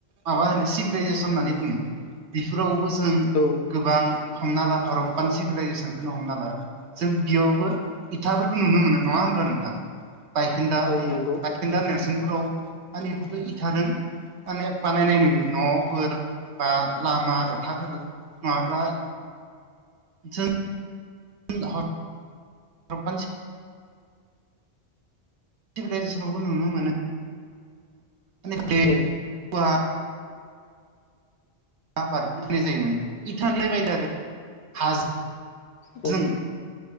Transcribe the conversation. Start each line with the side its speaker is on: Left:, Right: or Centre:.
Right: माबा होनो सिभिलाइजेसन होननानै बुङो बेफोरावबो जों
Left: औ
Right: गोबां हमना ला हरंपान सिभिलाइजेसनखौनो हमना ला जों बेयावबो इथाफोरखौ नुनो मोनो नङा हब्ला नोंथां बायखोन्दा
Left: औ
Right: ओम
Left: नंगौ
Right: <unintelligible> दा नेरसोनफोराव आंनिफोरखौ इथादों माने बानायनाय नुयो न'फोर बा लामा दथाफोर नङाब्ला जों <unintelligible> हरपान चि सिभिलाइजेसनावबो नुनो मोनो। माने <unintelligible>
Left: औ
Right: आबादखौ मिथिनाय जायोमोन <unintelligible> बायदि आरो हाजोजों
Left: औ